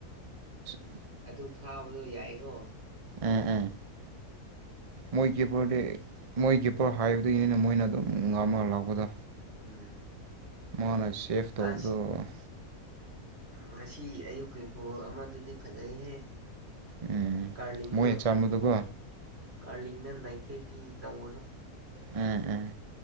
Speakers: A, on the right; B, on the right.
A: ꯑ
B: ꯑꯗꯨ ꯐꯥꯕꯗꯣ ꯌꯥꯏꯀꯣ
A: ꯎꯝ ꯎꯝ ꯃꯣꯏ ꯀꯤꯞꯄꯔꯗꯤ ꯃꯣꯏ ꯀꯤꯞꯄꯔ ꯍꯥꯏꯕꯗꯒꯤꯅꯤꯅ ꯃꯣꯏꯅ ꯑꯗꯨꯝ ꯉꯥꯝꯃꯒ ꯂꯥꯛꯄꯗꯣ
B: ꯎꯝ
A: ꯃꯥꯅ ꯁꯦꯞ ꯇꯧꯕꯗꯣ
B: ꯑ ꯉꯁꯤ ꯑꯌꯨꯛꯀꯤ ꯒꯣꯜ ꯑꯃꯗꯨꯗꯤ ꯐꯖꯩꯍꯦ
A: ꯎꯝ
B: ꯀꯔꯂꯤꯗ
A: ꯃꯣꯏꯅ ꯆꯟꯕꯗꯨꯀꯣ
B: ꯀꯂꯤ ꯑꯩꯅ ꯅꯅꯥꯏꯊꯦꯛꯄꯤꯤ ꯇꯧꯧꯕꯁꯨ
A: ꯎꯝ ꯎꯝ